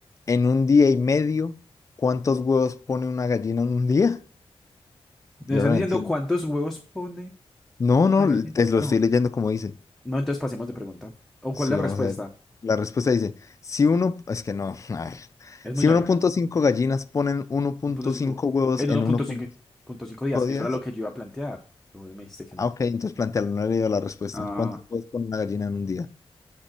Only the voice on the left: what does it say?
En un día y medio, ¿cuántos huevos pone una gallina en un día?
Yo
no lo
entiendo.
No, no,
te lo
estoy leyendo como dice.
Sí,
vamos
a ver. La respuesta dice, si uno, es que no, <laughs> a ver,
si
uno punto cinco gallinas ponen uno punto
cinco huevos
en 1.5
días,
ah, ok, entonces plantealo, no he leído la respuesta.
¿Cuántos huevos pone una gallina en un día?